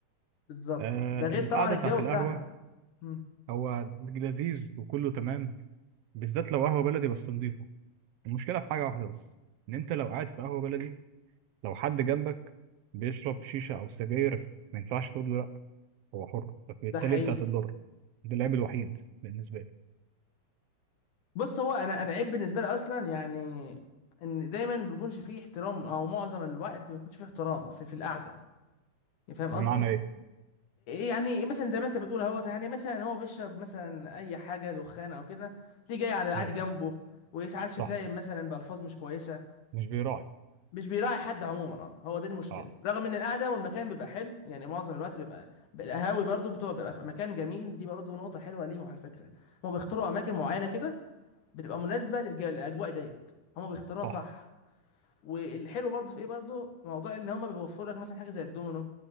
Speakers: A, on the left (about 75°); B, on the right (about 75°).
A: بالظبط
B: آه
A: آه. ده غير
B: القعدة
A: طبعا الجو
B: بتاعت
A: بتاعها
B: القهوة
A: مم.
B: هو لذيذ وكله تمام بالذات لو قهوة بلدي بس نضيفة المشكلة في حاجة واحدة بس إن أنت لو قاعد في قهوة بلدي لو حد جنبك بيشرب شيشة أو سجاير ما ينفعش تقول له هو حر فبالتالي
A: ده حقيقي
B: انت هتتضرر ده العيب الوحيد بالنسبه لي
A: بص هو انا انا عيب بالنسبه لي اصلا يعني ان دايما ما بيكونش فيه احترام او معظم الوقت ما بيكونش فيه احترام في, في القعده يعني فاهم
B: بمعنى
A: قصدي
B: ايه
A: يعني مثلا زي ما انت بتقول اهوت يعني مثلا هو بيشرب مثلا اي حاجه دخان او كده تلاقيه جاي على قاعد
B: ماشي
A: جنبه وساعات شتايم
B: صح
A: مثلا بالفاظ مش كويسه
B: مش بيراعي
A: مش بيراعي حد عموما اه هو ده المشكله
B: اه
A: رغم ان القعده والمكان بيبقى حلو يعني معظم الوقت بيبقى بيبقى القهاوي برضو بتبقى بيبقى في مكان جميل دي برضو نقطه حلوه ليهم على فكره هم بيختاروا اماكن معينه كده بتبقى مناسبه للج- للاجواء ديت هم بيختاروها
B: صح
A: صح والحلو برضو في ايه برضو موضوع ان هم بيوفروا لك مثلا حاجه زي الدومينو